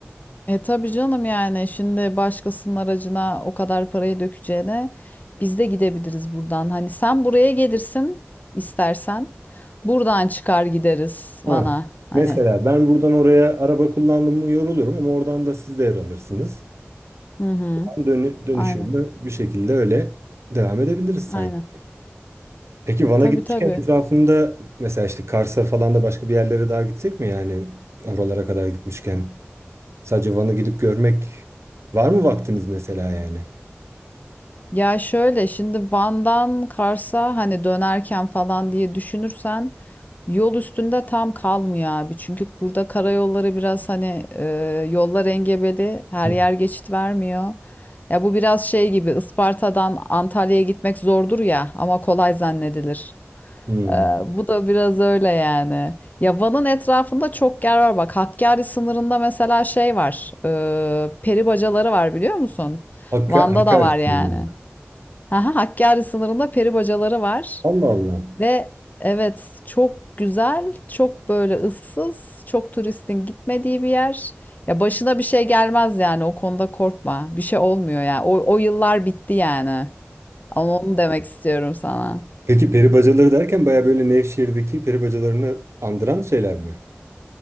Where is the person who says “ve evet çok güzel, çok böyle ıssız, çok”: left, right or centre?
Left